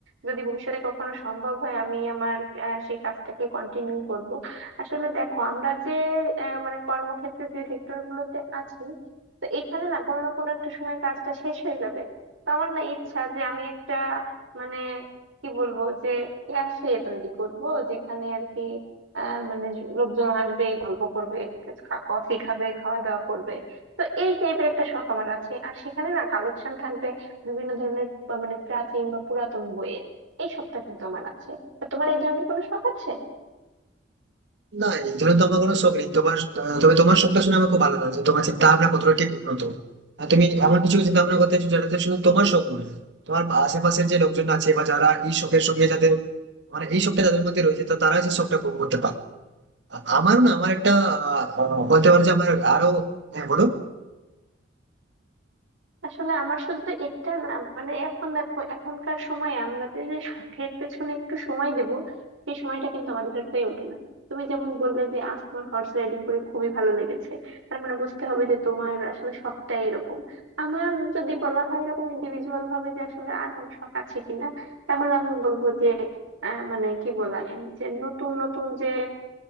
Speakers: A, on the right; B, on the right.
A: যদি ভবিষ্যতে কখনো সম্ভব হয় আমি আমার আহ, সেই কাজটাকে কন্টিনিউ করব আসলে দেখো আমরা যে আহ, মানে কর্মক্ষেত্রে যে সেক্টর গুলোতে আছি তো এখানে না কোনো না কোনো একটা সময় কাজটা শেষ হয়ে যাবে তো আমার না ইচ্ছা যে আমি একটা মানে কি বলবো যে ক্যাফে তৈরি করব যেখানে আর কি আহ, মানে লোকজন আসবে গল্প করবে কফি খাবে খাওয়া দাওয়া করবে তো এই টাইপের একটা শখ আমার আছে আর সেখানে না কালেকশন থাকবে বিভিন্ন ধরনের আহ, মানে প্রাচীন বা পুরাতন বইয়ের এই শখটা কিন্তু আমার আছে তা তোমার এই ধরনের কোনো শখ আছে
B: না এগুলো তো আমার কোনো শখ নেই তোমার আহ, তবে তোমার শখটা শুনে আমার খুব ভালো লাগছে তোমার চিন্তা ভাবনা কতটা ঠিক উন্নত আর তুমি এমন কিছু চিন্তা ভাবনা করতে চাইছো যেটাতে শুধু তোমার শখ নয় তোমার আশেপাশের যে লোকজন আছে বা যারা এই শখের সঙ্গে যাদের মানে এই শখটা যাদের মধ্যে রয়েছে তো তারা সেই শখটা পূরণ করতে পারে আ- আমারও না আমার একটা আহ, আহ, বলতে পারো যে আমার আরো হ্যাঁ বলো
A: আসলে আমার শুধু এটা না মানে এখন দেখো এখনকার সময়ে আমাদের যে শখের পেছনে একটু সময় দেব সেই সময়টা কিন্তু আমাদের আর হয়ে ওঠে না তুমি যেমন বললে যে আজ তোমার হর্স রাইডিং করে খুবই ভালো লেগেছে তার মানে বুঝতে হবে যে তোমার আসলে শখটা এরকম আমার যদি বলা হয় এরকম ইন্ডিভিজুয়াল ভাবে যে আসলে আর কোনো শখ আছে কিনা তাহলে আমি বলবো যে আহ, মানে কি বলা এর যে নতুন নতুন যে